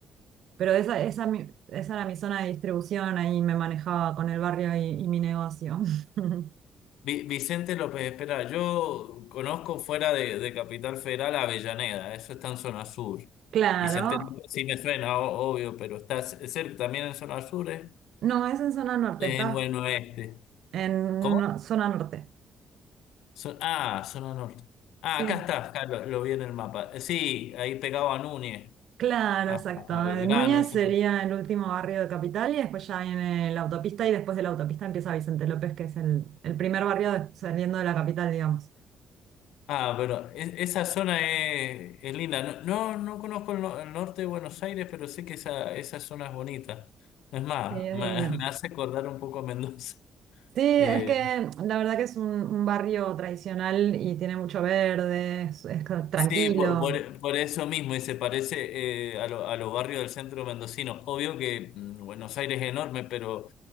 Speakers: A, on the right; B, on the left.
A: pero esa, esa, mi- esa era mi zona de distribución. Ahí me manejaba con el barrio y, y mi negocio. <laughs>
B: Vi- Vicente López espera, yo conozco fuera de, de Capital Federal a Avellaneda, eso está en zona sur.
A: Claro.
B: Vicente López sí me suena, o- obvio, pero está c- cerca también en zona sur, ¿eh?
A: No, es en zona norte,
B: En
A: estás
B: buen oeste.
A: en
B: ¿Cómo?
A: no- zona norte.
B: Zo- ah, zona norte. Ah,
A: Sí.
B: acá está, acá lo, lo vi en el mapa. Eh, Sí, ahí pegado a Núñez,
A: Claro,
B: a,
A: exacto.
B: a Belgrano,
A: Eh, Núñez
B: eso.
A: sería el último barrio de Capital y después ya viene la autopista y después de la autopista empieza Vicente López, que es el, el primer barrio de- saliendo de la capital, digamos.
B: Ah, pero es- esa zona es, es linda. No, no, no conozco el, no- el norte de Buenos Aires, pero sé que esa, esa zona es bonita. Es más,
A: Sí, es
B: me,
A: divino.
B: <laughs> me hace acordar un poco a Mendoza.
A: Sí, es
B: Eh,
A: que la verdad que es un, un barrio tradicional y tiene mucho verde, es, es tranquilo.
B: sí, por, por- por eso mismo, y se parece eh, a, lo- a los barrios del centro mendocino. Obvio que mm, Buenos Aires es enorme, pero